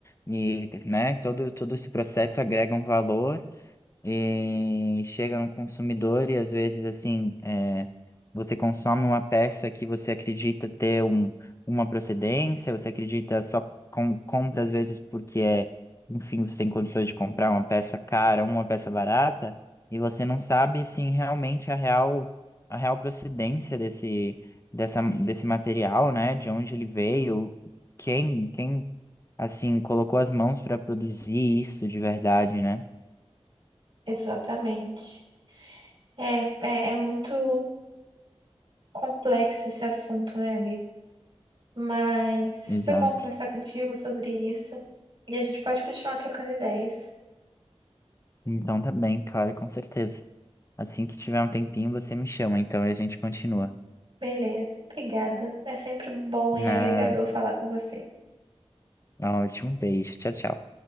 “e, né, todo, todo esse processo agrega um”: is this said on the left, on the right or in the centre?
Left